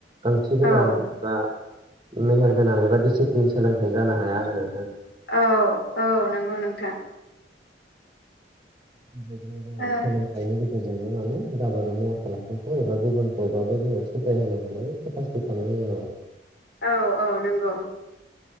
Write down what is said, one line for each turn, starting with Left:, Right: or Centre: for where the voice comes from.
Right: ओंथि गोनां
Left: औ
Right: एबा मेहेर गोनां एबा दिसि जों सोलोंथाइ जानो हाया आरो ना
Left: औ औ नंगौ नोंथां
Right: बेबायदिनो जोङो
Left: ओ
Right: सोलोंथाइनि गेजेरजोंनो माने गावबा गावनि आखल आखुखौ एबा गुबुनखौबाबो जोङो सुद्राय होनो हानाय केपासिटि थानो नांगोन आरो
Left: औ औ नंगौ